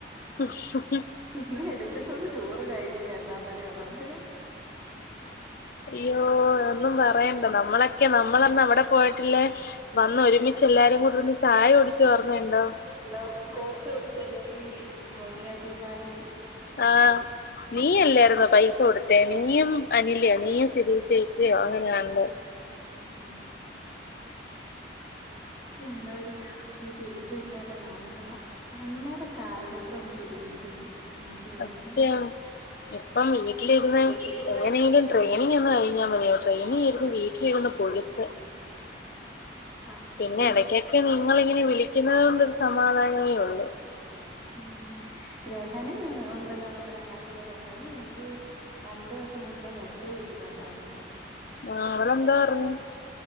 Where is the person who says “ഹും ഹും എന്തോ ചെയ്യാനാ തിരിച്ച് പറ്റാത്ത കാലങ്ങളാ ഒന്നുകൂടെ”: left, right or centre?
Right